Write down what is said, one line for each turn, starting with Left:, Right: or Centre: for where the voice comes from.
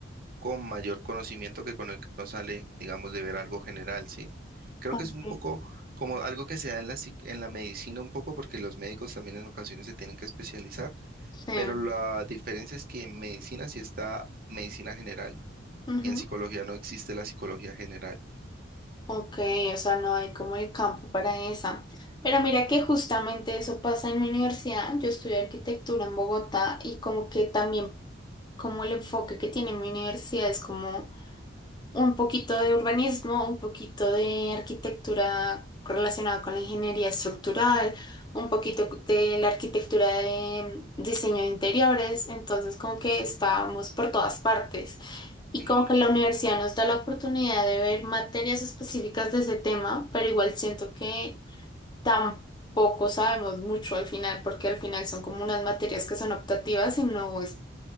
Right: con mayor conocimiento que con el que uno sale, digamos, de ver algo general, ¿sí? Creo
Left: Ok.
Right: que es un poco como algo que se da en la, psic- en la medicina un poco, porque los médicos también en ocasiones se tienen que especializar,
Left: Sí.
Right: pero la diferencia es que en medicina sí está medicina general
Left: Ujú.
Right: y en psicología no existe la psicología general.
Left: Ok, o sea, no hay como el campo para esa. Pero mira que justamente eso pasa en mi universidad. Yo estudio arquitectura en Bogotá y como que también como el enfoque que tiene mi universidad es como un poquito de urbanismo, un poquito de arquitectura relacionada con la ingeniería estructural, un poquito de la arquitectura de mm, diseño de interiores, entonces como que estábamos por todas partes y
Right: Mm,
Left: como que la universidad nos da la oportunidad de ver materias específicas de ese tema, pero igual siento que tampoco sabemos mucho al final porque al final son como unas materias que son optativas y no es-